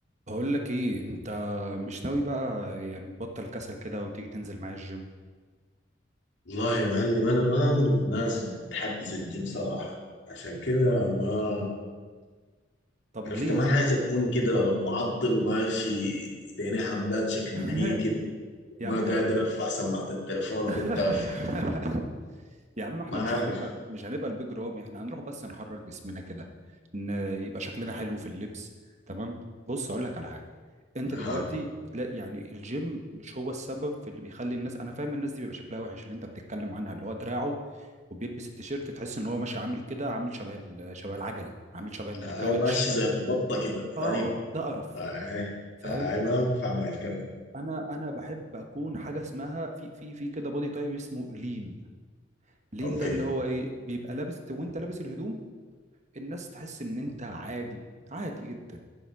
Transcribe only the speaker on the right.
بقول لك ايه انت مش ناوي بقى يعني تبطل كسل كده وتيجي تنزل معايا الجيم
طب
ليه
<laughs>
يا
عم ح-
<laughs>
يا عم احنا
مش
هنبقى مش هنبقى البيج رامي احنا هنروح بس نحرك جسمنا كده ان يبقى شكلنا حلو في اللبس تمام بص اقول لك على حاجه انت
دلوقتي لا يعني الجيم مش هو السبب في اللي بيخلي الناس انا فاهم الناس دي بيبقى شكلها وحش اللي انت بتتكلم عنها اللي هو دراعه وبيلبس التيشيرت تحس ان هو ماشي عامل كده عامل شبه ال- شبه العجله عامل شبه الكاوتش
اه ده قرف
فاهم
انا انا بحب اكون حاجه اسمها في في في كده بودي تايب اسمه لين لين
ده اللي هو ايه بيبقى لابس وانت لابس الهدوم الناس تحس ان انت عادي عادي جدا